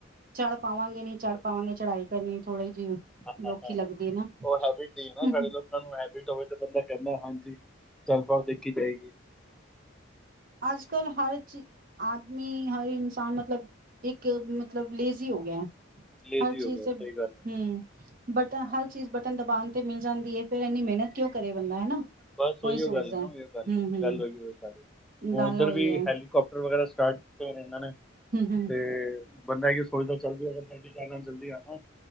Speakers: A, on the right (about 45°); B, in the centre.
A: ਚੜ੍ਹ ਪਾਵਾਂਗੇ ਨਹੀਂ ਚੜ੍ਹ ਪਾਵਾਂਗੇ ਚੜ੍ਹਾਈ ਕਰਨੀ ਥੋੜੀ ਜੀ
B: ਹਾਂ ਹਾਂ
A: ਔਖੀ
B: ਹਾਂ
A: ਲੱਗਦੀ ਐ ਨਾ
B: ਉਹ
A: ਹੂੰ
B: ਹੈਬਿਟ ਨਹੀਂ ਹੈ ਨਾ ਸਾਡੇ
A: ਹੂੰ।
B: ਲੋਕਾਂ ਨੂੰ ਹੋਵੇ ਤਾਂ ਬੰਦਾ ਕਹਿੰਦਾ ਹਾਂਜੀ। ਚੱਲ ਪਓ ਦੇਖੀ ਜਾਏਗੀ।
A: ਅੱਜ ਕੱਲ ਹਰ ਚ ਆਦਮੀ ਹਰ ਇਨਸਾਨ ਮਤਲਬ ਇੱਕ ਮਤਲਬ ਲੇਜ਼ੀ ਹੋ ਗਿਆ।
B: ਲੇਜ਼ੀ
A: ਹਰ
B: ਹੋ
A: ਚੀਜ਼
B: ਗਿਆ
A: ਹੂੰ
B: ਸਹੀ ਗੱਲ ਹੈ
A: ਬਟਨ
B: ਹਾਂ,
A: ਹਰ ਚੀਜ਼ ਬਟਨ ਦਬਾ ਤੇ ਮਿਲ ਜਾਂਦੀ ਐ। ਫਿਰ ਇੰਨੀ ਮਿਹਨਤ ਕਿਉਂ ਕਰੇ ਬੰਦਾ ਹਨਾ।
B: ਬਸ ਉਹੀਓ
A: ਉਹੀ ਸੋਚਦਾ
B: ਗੱਲ ਨਾ ਉਹੀਓ ਗੱਲ
A: ਹਮ ਹਮ
B: ਗੱਲ ਉਹੀਓ ਐ ਸਾਰੀ।
A: ਗੱਲ
B: ਉੱਧਰ
A: ਉਹੀ
B: ਵੀ
A: ਹੈ
B: ਹੈਲੀਕਾਪਟਰ ਵਗੈਰਾ ਸਟਾਰਟ ਕੀਤੇ ਹੋਏ ਨੇ ਇਹਨਾਂ ਨੇ
A: ਹਮ ਹਮ
B: ਤੇ ਬੰਦਾ ਇਹੀ ਓ ਸੋਚਦਾ ਚੱਲ <inaudible> ਜਲਦੀ ਆਉਣਾ।